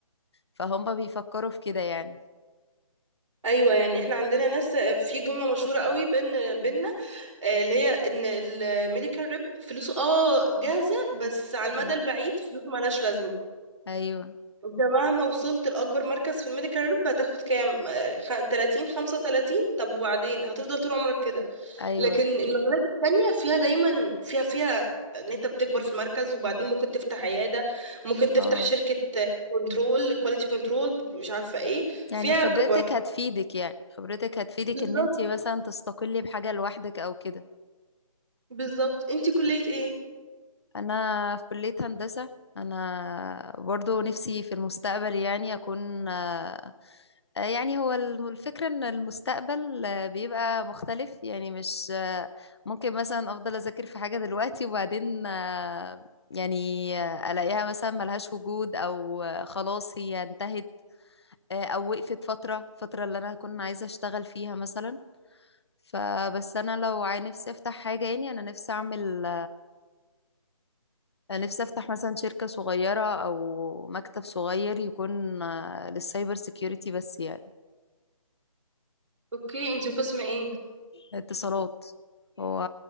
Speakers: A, on the left (about 50°); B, on the right (about 60°).
A: فهم بيفكروا في كده يعني
B: ايوه يعني احنا عندنا ناس في جملة مشهورة قوي بين بينا آه، اللي هي ان الميديكال ريب فلوسه اه جاهزة بس على المدى
A: ايوه
B: البعيد فلوسه ملهاش لازمة
A: ايوه
B: انت مهما وصلت لأكبر مركز في الميديكال ريب هتاخد كام آه، خ- 30 35 طب وبعدين هتفضل طول عمرك كده
A: ايوه
B: لكن المجالات التانية فيها دايما فيها فيها ان انت بتكبر في المركز وبعدين ممكن تفتح عيادة ممكن تفتح
A: اه
B: شركة كنترول كواليتي كنترول مش عارفة ايه فيها
A: يعني خبرتك
B: كبرات
A: هتفيدك يعني خبرتك هتفيدك
B: بالظبط
A: ان انت مثلا تستقلي بحاجة لوحدك او كده
B: بالظبط انت كلية ايه
A: انا في كلية هندسة انا برضو نفسي في المستقبل يعني اكون آه، يعني هو الم- الفكرة ان المستقبل آه، بيبقى مختلف يعني مش آه، ممكن مثلا افضل اذاكر في حاجة دلوقتي وبعدين آه، يعني آه، الاقيها مثلا ملهاش وجود او آه، خلاص هي انتهت آه، او وقفت فترة الفترة اللي انا كنت عايزة اشتغل فيها مثلا فبس انا لو عاي- نفسي افتح حاجة يعني انا نفسي اعمل أنا نفسي أفتح مثلا شركة صغيرة أو مكتب صغير يكون آه، للسايبر سيكيورتي بس يعني
B: اوكي انت قسم ايه
A: اتصالات هو